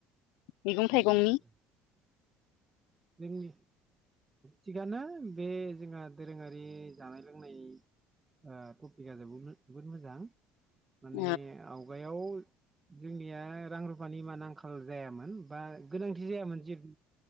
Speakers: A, on the left; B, on the right.
A: मैगं थाइगंनि
B: उम जोंनि थिगानो बे जोंहा दोरोङारि जानाय लोंनाय ओ टपिका जोबोमोन <inaudible> बि मोजां माने
A: औ
B: आवगायाव जोंनिया रां रुफानि माने आंखाल जायामोन बा गोनांथि जायामोन जे <inaudible>